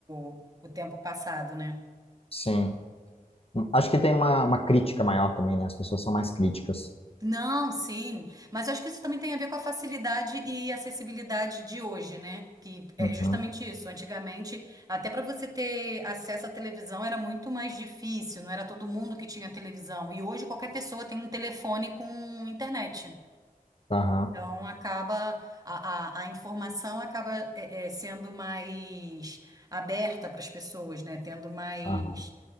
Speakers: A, on the right; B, on the left.
A: o, o tempo passado, né?
B: sim. Acho que tem uma, uma crítica maior também, né? As pessoas são mais críticas.
A: Não, sim. Mas eu acho que isso também tem a ver com a facilidade e acessibilidade de hoje, né? Que é
B: Uhum.
A: justamente isso. Antigamente, até para você ter acesso à televisão era muito mais difícil, não era todo mundo que tinha televisão. E hoje qualquer pessoa tem um telefone com internet.
B: Aham,
A: Então acaba a, a, a informação acaba é, é, sendo mais aberta para as pessoas, né? Tendo mais
B: aham.